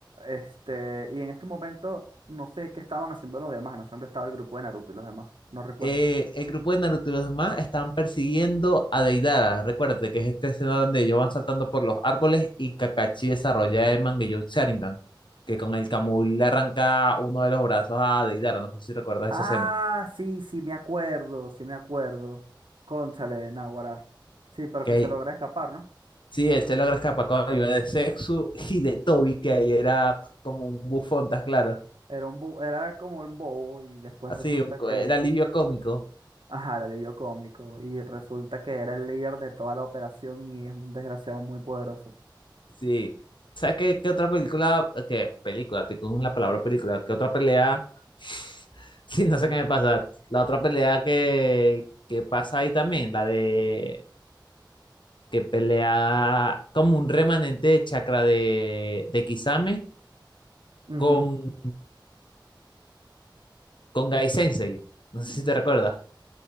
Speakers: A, on the right; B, on the left.
A: Este, y en este momento no sé qué estaban haciendo los demás, no sé dónde estaba el grupo de Naruto y los demás, no recuerdo.
B: Eh, el grupo de Naruto y los demás están persiguiendo a Deidara. Recuérdate que es esta escena donde ellos van saltando por los árboles y Kakashi desarrolla el Mangekyo Sharingan, que con el Kamui le arranca uno de los brazos a Deidara. No sé si recuerdas
A: Ah,
B: esa escena.
A: sí, sí, me acuerdo, sí, me acuerdo. Cónchale, Naguará. Sí, pero
B: que
A: que se logra escapar, ¿no?
B: sí, él se logra escapar con la ayuda de Sexu <laughs> y de Toby, que ahí era como un bufón, ¿estás claro?
A: Era un bo- era como un bobo y después
B: Así,
A: resulta
B: un, co-
A: que,
B: era alivio cómico.
A: ajá, el alivio cómico y resulta que era el líder de toda la operación y es un desgraciado muy poderoso.
B: Sí. ¿Sabes qué, qué otra película? ¿Qué película? Te con la palabra película. ¿Qué otra pelea? <laughs> Sí, no sé qué me pasa. La otra pelea que, que pasa ahí también, la de que pelea como un remanente de chakra de, de Kisame
A: Ujú.
B: con, con Gai Sensei. No sé si te recuerdas.